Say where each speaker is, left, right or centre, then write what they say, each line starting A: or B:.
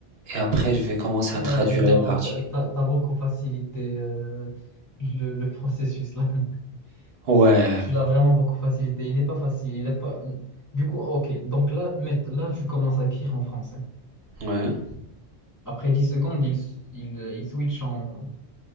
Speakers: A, on the right (about 65°); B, on the left (about 20°).
A: Et après, je vais commencer
B: Eh,
A: à traduire
B: non,
A: les parties.
B: t'as, t'as- t'as beaucoup facilité euh, le, le processus là. <laughs>
A: Ouais,
B: Tu l'as vraiment beaucoup facilité. Il n'est pas facile. Il est pas... Du coup, ok. Donc là, mais, là, tu commences à écrire en français.
A: ouais,
B: Après 10 secondes, il, il, euh, il switch en,